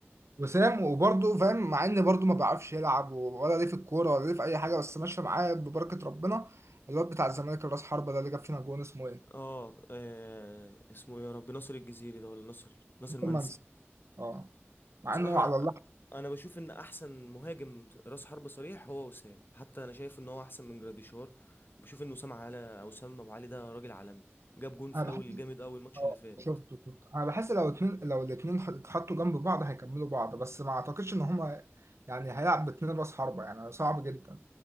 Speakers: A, on the right; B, on the left.
A: وسام وبرضه فاهم مع ان برضه ما بيعرفش يلعب ولا ليه في الكوره ولا ليه في اي حاجه بس ماشيه معاه ببركه ربنا الواد بتاع الزمالك الراس حربه ده اللي جاب فينا جون اسمه ايه
B: اه آه، اسمه ايه يا رب ناصر الجزيري ده ولا ناصر ناصر منسي
A: منسي اه مع
B: بصراحة
A: انه
B: أنا
A: على الله
B: أنا بشوف إن أحسن مهاجم رأس حربة صريح هو وسام حتى أنا شايف إن هو أحسن من جراديشار بشوف إن وسام على أو وسام أبو علي ده راجل عالمي جاب جون فاول
A: انا بحس
B: جامد أوي الماتش
A: اه
B: اللي فات
A: <laughs> شفته شفته انا بحس لو اتنين لو الاتنين ح- اتحطوا جنب بعض هيكملوا بعض بس ما اعتقدش ان هما يعني هيلعب باتنين راس حربه يعني صعب جدا